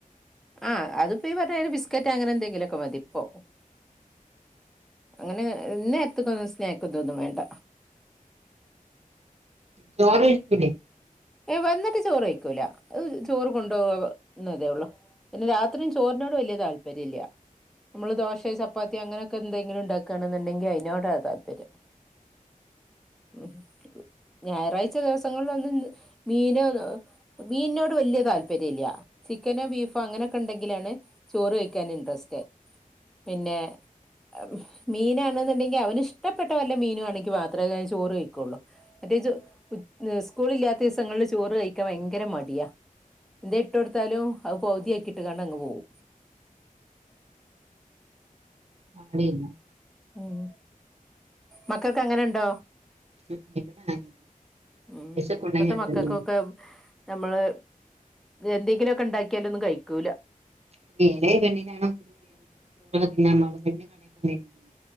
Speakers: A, in the centre; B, on the right.
A: ആഹ് അതിപ്പോ ഈ മറ്റേ ബിസ്ക്കറ്റ് അങ്ങനെ എന്തെങ്കിലൊക്കെ മതി ഇപ്പോ അങ്ങനെ ഇന്നേരത്ത്ക്കൊന്നും സ്നേക്ക് ഇതൊന്നും വേണ്ട
B: ചോറ്ക്കഴിക്കൂലേ
A: ഏഹ് വന്ന്ട്ട് ചോറ്യ്ക്കൂല ചോറ് കൊണ്ടുപോവ ന്നതേ ഒള്ളു പിന്നെ രാത്രീം ചോറിനോട് വല്ല്യ താല്പര്യല്ല്യ നമ്മള് ദോശേ ചപ്പാത്തി അങ്ങനൊക്കെ എന്തെങ്കിലും ഇണ്ടാക്കാണെന്നുണ്ടെങ്കി അയിനോടാ താല്പര്യം ഉം ഞായറാഴ്ച ദിവസങ്ങൾലൊന്ന് മീന് മീനോട് വല്ല്യ താല്പര്യല്ല്യ ചിക്കനോ ബീഫോ അങ്ങനൊക്കെ ണ്ടങ്കിലാണ് ചോറ് കഴിക്കാന് ഇൻട്രസ്റ്റ് പിന്നെ ആഹ് മീനാണ്ന്ന്ണ്ടെങ്കി അവന് ഇഷ്ടപ്പെട്ട വല്ല മീനൂ ആണെങ്കി മാത്രേ ചോറ് കയ്ക്കുള്ളു മറ്റേജ് സ്കൂളില്ലാത്ത ദിസങ്ങളില് ചോറ് കയിക്കാ ഭയങ്കര മടിയാ ന്തേ ഇട്ടൊട്ത്താലും അഹ് പൗതി യാക്കിയിട്ട്കാണ്ടങ്ങ് പോവും
B: <unintelligible>
A: ഉം മക്കക്കങ്ങനെണ്ടോ
B: ഉം ഉം ഇവിടെ ആരും
A: ഉം
B: വിശപ്പുണ്ടെങ്കിൽ
A: ഇപ്പത്തെ
B: അത്
A: മക്കക്കൊക്കെ
B: തിന്നോളും
A: നമ്മള് എന്തെങ്കിലുലൊക്കെ ഇണ്ടാക്കിയാലൊന്നും കഴിക്കൂല
B: <inaudible>